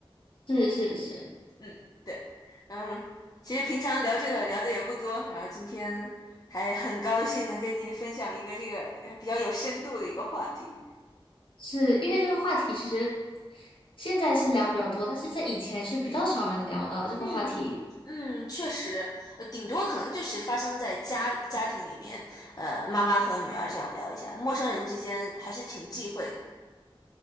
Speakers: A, on the left (about 65°); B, on the left (about 40°).
A: 是是是，
B: 嗯，对，嗯，其实平常聊这个聊的也不多，然后今天还很高兴能跟您分享一个这个呃比较有深度的一个话题。
A: 是因为这个话题其实现在是聊比较多，但是在以前是比较少人聊的这个话题。
B: 嗯嗯，确实，呃，顶多可能就是发生在家家庭里面，呃，妈妈和女儿这样聊一下，陌生人之间还是挺忌讳的。